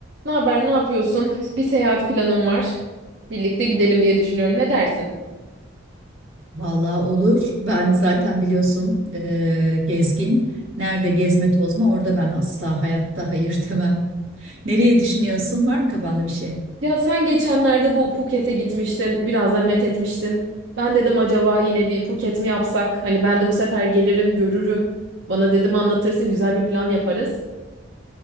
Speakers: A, on the right; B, on the right.
A: Ne haber, ne yapıyorsun? Bir seyahat planım var. Birlikte gidelim diye düşünüyorum. Ne dersin?
B: Vallahi olur. Ben zaten biliyorsun e, gezgin. Nerede gezme tozma orada ben asla hayatta hayır <laughs> demem. Nereye düşünüyorsun? Var mı kafanda bir şey?
A: Ya sen geçenlerde bu Phuket'e gitmiştin, biraz da met etmiştin. Ben dedim acaba yine bir Phuket mi yapsak? Hani ben de bu sefer gelirim, görürüm. Bana dedim anlatırsın, güzel bir plan yaparız.